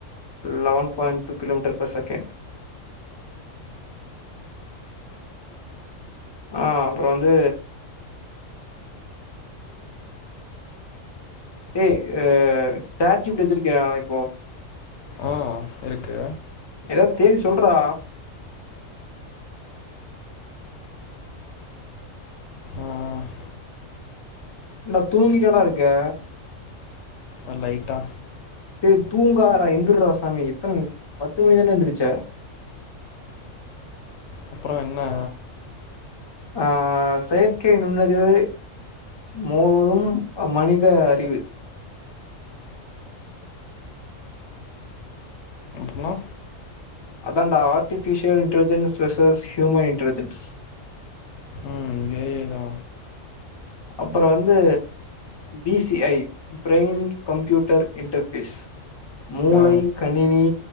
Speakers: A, on the left; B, on the left.
A: eleven point two kilometre per second ஆ அப்புற வந்து ஏய் அ சேர்ஜிபிடி வச்சிருக்கியா இப்போ
B: அ இருக்கு
A: எதாவ்து தேடி சொல்றா
B: ம் ம்
A: ன்டா தூங்கிட்டாடா இருக்க
B: அ லைட்டா
A: ஏ தூங்காதாடா எந்துர்ராசாமி எத்தண பத்து மணிதான்டா எந்துருச்ச
B: அப்றோ என்ன
A: அ செயற்கை நுண்ணறிவு மோதும் மனித அறிவு
B: அப்னா
A: அதாண்டா artificial intelligence versus human intelligence
B: ம் ஏஐ டா
A: அப்புற வந்து பிசிஐ பிரெய்ன் கம்ப்யூட்டர் இன்டர்ஃபேஸ் மூளை
B: ஆ
A: கணினி